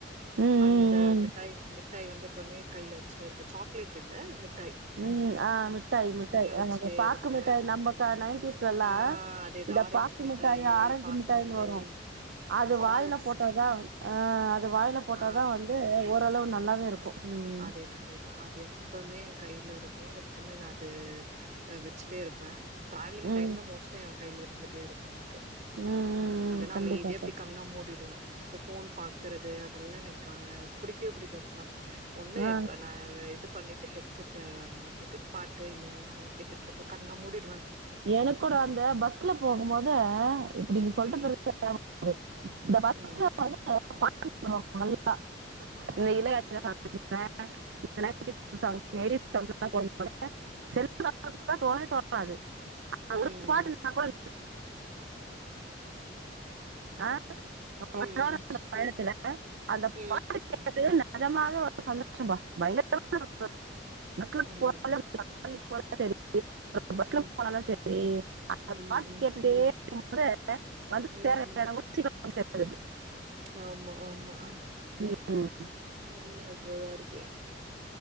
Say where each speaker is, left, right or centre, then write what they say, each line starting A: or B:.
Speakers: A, on the right; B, on the right.
A: ம்
B: அந்த
A: ம்
B: மிட்டாய்
A: ம்
B: மிட் மிட்டாய் வந்து எப்பமே கைல வச் ச்சுட்டேருப்பே சாக்லேட் இல்லே மிட்
A: ம் ஆ மிட்டாய் மிட்டாய்
B: வச்சுட்டே
A: ஆமாங்க பாக்கு
B: இருப்பே
A: மிட்டாய் நம்ம க நையன்டீஸ்ல எல்லா
B: ஆ அதேதா
A: இந்த
B: ஆரஞ்சு
A: பாக்கு
B: மிட்டாயி
A: மிட்டாய ஆரஞ்சு
B: பாக்கு
A: மிட்டாயுனு
B: மிட்டாயி
A: வரும் அது
B: ஹால்ஸ்
A: வாயில போட்டாதா ஆ அத் அது வாயில போட்ட
B: ஆ
A: தா வந்து ஓரளவு ந நல்லாவே இருக்கு ம்
B: அதேதா அதேதா அது எப்பமே என் கைல இருக்கு க்கும் எப்பமே நா அது வச்சுட்டே இருப்பே டிராவிலிங்
A: ம்
B: டைம்ல மோஸ்ட் கைல இருந்துட்டே இருக்கும் க
A: ம் ம் ம்
B: இல்லனா
A: கண்டிப்பா
B: அமைதியா நா அப்டி
A: கண்
B: கண்ண மூடிடுவே இந்த ஃபோன் பாக்குறது அதெல்லா எனக்கு க அ புடிக்கவே புடிக்காது ப ஒண்ணு
A: ஆ
B: இப்ப நா இது பண்ணி ஹெட்செட்டா மாட்டிட்டு பாட்டு இல்ல எதுனா ஒண்ணு கேட்டுட்டு இருப்ப கண்ண மூடி
A: எனக்கூட அந்த பஸ்ல போகும் போது இப்டி நீங்க சொல்ட
B: ம்
A: பிறகு <inaudible> இந்த பஸ்ல
B: ம்
A: படு <unintelligible> அப்புறம் நல்லா இந்த இலை
B: ம்
A: <unintelligible> சமைச்சுக்கிட்டே <unintelligible> கிட்ஸ் ச <inaudible> <unintelligible> செல்போன்
B: ம்
A: தோணே தோது
B: ம்
A: ஒரு பாட்டு நின்னா கூட <inaudible> ந்த
B: ம்
A: பயணத்து ல அந்த
B: ம்
A: பாட்டு கேட்டது நஜாமாலு ஒர் சந்தோஷாபா பயங்கர சந்தோஷ நஸ்கு
B: ம் ம்
A: போ ல போரா செரி பஸ்ல
B: ம் ம்
A: போனாலு செரி அந்த
B: ம் ம்
A: பாட்டு கேட்டுடே மோ ற அ வந்து
B: ம்
A: சேர இடங்களு சேத்துறது
B: ஆமா ஆமா ஆ
A: ம்
B: நல்ல <unintelligible> இருக்கு